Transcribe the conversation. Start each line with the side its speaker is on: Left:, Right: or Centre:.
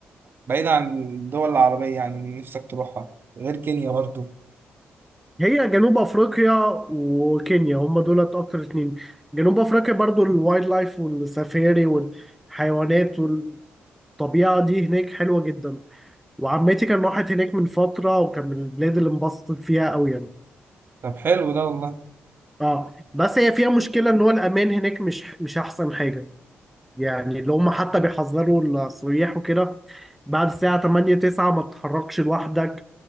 Right: بعيد عن الدول العربية يعني اللي نفسك تروحها غير كينيا برضو
Centre: هي جنوب افريقيا وكينيا هم دولت اكتر اتنين جنوب افريقيا برضو الوايلد لايف والسفاري والحيوانات والطبيعة دي هناك حلوة جدا وعمتي كان راحت هناك من فترة وكان من البلاد اللي انبسطت فيها قوي يعني
Right: طب حلو ده والله
Centre: اه بس هي فيها مشكلة ان هو الامان هناك مش مش احسن حاجة يعني اللي هم حتى بيحذروا السياح وكده بعد الساعة 8 9 ما تتحركش لوحدك